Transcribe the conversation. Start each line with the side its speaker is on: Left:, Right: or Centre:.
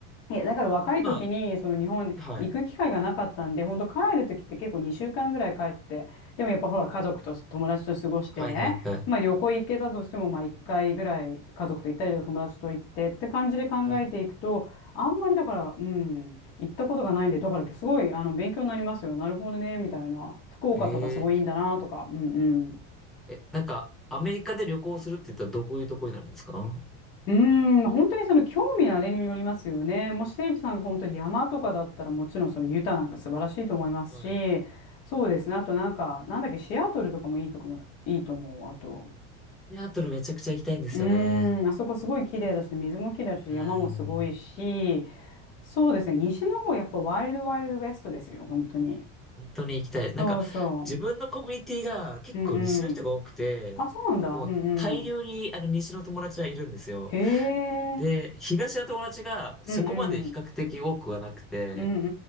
Left: う。いや、だから若い時に、
Centre: 僕今、
Left: その日本に行く機会がなかったんで、
Centre: はい。
Left: 本当帰る時って結構2週間ぐらい帰って、でもやっぱほら家族と友達と過ごして、
Centre: はいはいはい。
Left: まあ旅行行けたとしても、まあ1回ぐらい家族と行ったり友達と行ってって感じで考えていくと、
Centre: はい。
Left: あんまりだから、うん、行ったことがないんで、だからすごいあの勉強になりますよ。なるほどね、みたいな。福岡とかすごいいいんだなとか、
Centre: えー、
Left: うんうん。
Centre: え、なんか、アメリカで旅行するって言ったらどういうとこになるんですか
Left: うーん、本当にその興味のあれによりますよね。もし誠治さんが本当に山とかだったらもちろんそのユタなんか素晴らしいと思いますし、
Centre: はい。
Left: そうですね。あとなんか、なんだっけ、シアトルとかもいいとこも、いいと思う。あと、
Centre: シアトルめちゃくちゃ行きたいんですよね。
Left: うーん、あそこすごい綺麗だし、水も綺麗だし、
Centre: うん。
Left: 山もすごいし、そうですね。西の方やっぱワイルドワイルドウェストですよ、本当に。
Centre: 本当に行きたい。
Left: そうそ
Centre: なんか、自分のコミュニティが結構西の人が多くて、
Left: う。うんうん。あ、そうなんだ。
Centre: もう大量にあの西の友達はいるんですよ。
Left: うんうん。へ
Centre: で、
Left: え。
Centre: 東の友達がそこまで比較的多くはなくて、
Left: うんうん。うん